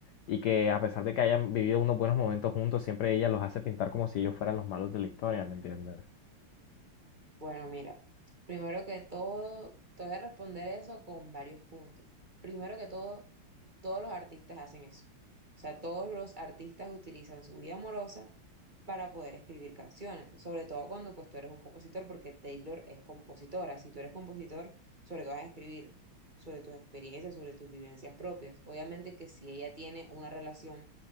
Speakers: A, on the left; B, on the right.
A: y que a pesar de que hayan vivido unos buenos momentos juntos, siempre ella los hace pintar como si ellos fueran los malos de la historia, ¿me entiendes?
B: bueno, mira, primero que todo, te voy a responder eso con varios puntos. Primero que todo, todos los artistas hacen eso. O sea, todos los artistas utilizan su vida amorosa para poder escribir canciones, sobre todo cuando pues tú eres un compositor, porque Taylor es compositora, si tú eres compositor, sobre qué vas a escribir, sobre tus experiencias, sobre tus vivencias propias. Obviamente que si ella tiene una relación